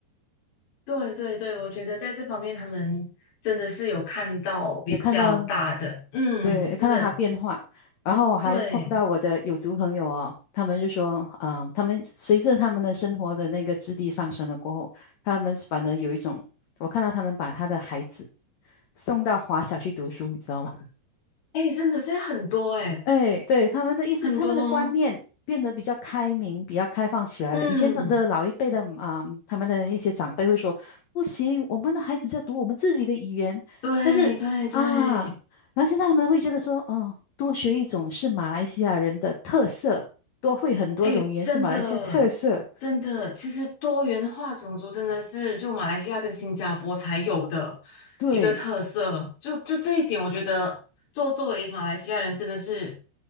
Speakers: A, on the left; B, on the left.
A: 对对对，我觉得在这方面他们真的是有看到比较大的，
B: 有看到，
A: 嗯，
B: 对，有看到他变化。
A: 真的
B: 然后我还碰到我的有族朋友哦，
A: 对，
B: 他们就说，嗯，他们随着他们的生活的那个质地上升了过后，他们反而有一种，我看到他们把他的孩子送到华小去读书，你知道吗？
A: 哎，真的是很多哎，
B: 哎，对，他们的意思，
A: 很多，
B: 他们的观念变得比较开明、比较开放起来了。
A: 嗯，
B: 以前的的老一辈的啊、他们的一些长辈会说，不行，我们的孩子就要读我们自己的语言。
A: 对对对，
B: 但是啊，然后现在他们会觉得说，哦，多学一种是马来西亚人的特色，多会很多种语言是马来西亚特色。
A: 哎，真的真的，其实多元化种族真的是就马来西亚跟新加坡才有的
B: 对。
A: 一个特色，就就这一点，我觉得作作为马来西亚人真的是